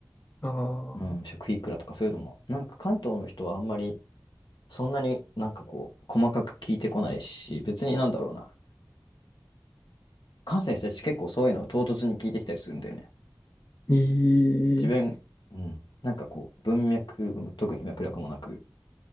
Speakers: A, on the left; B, on the left.
A: ああ、
B: うん、食費いくらとかそういうのも、なんか関東の人はあんまり、そんなになんかこう、細かく聞いてこないし、別になんだろうな、関西の人たち結構そういうのを唐突に聞いてきたりするんだよね。
A: え
B: 自分、
A: ー、
B: うん、なんかこう、文脈、特に脈絡もなく、